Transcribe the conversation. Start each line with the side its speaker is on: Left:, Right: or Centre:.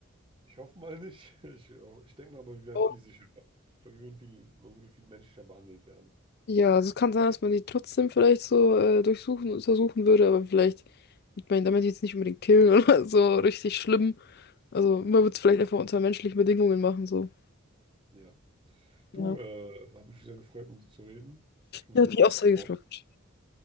Right: ich hoffe mal nicht. <laughs> Ich, ich denke mal, aber wir wären
Left: Oh.
Right: viel sicherer. Ich glaube, wir würden viel, man würde viel menschlicher behandelt werden.
Left: Ja, also es kann sein, dass man die trotzdem vielleicht so äh, durchsuchen, untersuchen würde, aber vielleicht, ich meine, damit jetzt nicht unbedingt killen <laughs> oder so richtig schlimm. Also man würde es vielleicht einfach unter menschlichen Bedingungen machen, so.
Right: Ja. Du,
Left: Ja.
Right: äh, hat mich sehr gefreut, mit dir zu reden. Ich muss
Left: Ja,
Right: jetzt
Left: hat mich
Right: auch
Left: auch sehr
Right: abhauen.
Left: gefreut.